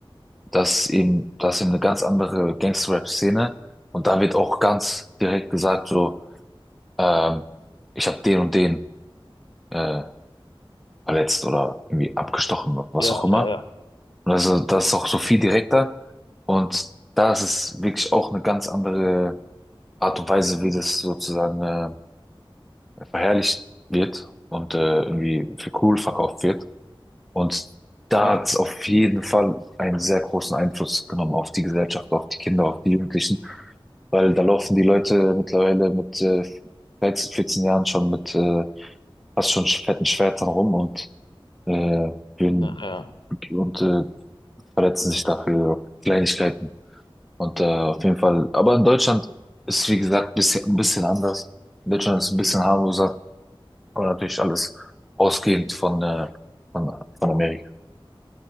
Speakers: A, in the centre; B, on the left.
A: dass eben, das eben eine ganz andere Gangster-Rap-Szene und da wird auch ganz direkt gesagt so, ähm, ich habe den und den äh, verletzt oder irgendwie abgestochen oder was
B: Ja,
A: auch immer.
B: ja, ja,
A: Und also das ist auch so viel direkter und da ist es wirklich auch eine ganz andere Art und Weise, wie das sozusagen äh, verherrlicht wird und äh, irgendwie für cool verkauft wird. Und da
B: ja,
A: hat es auf jeden Fall einen sehr großen Einfluss genommen auf die Gesellschaft, auf die Kinder, auf die Jugendlichen. weil da laufen die Leute mittlerweile mit äh, 13, 14 Jahren schon mit äh, fast schon fetten Schwertern rum und äh, würden,
B: ja, ja.
A: und äh, verletzen sich dafür Kleinigkeiten. Und äh, auf jeden Fall, aber in Deutschland ist, wie gesagt, bisschen, ein bisschen anders. In Deutschland ist ein bisschen harmloser, aber natürlich alles ausgehend von, äh, von, von Amerika.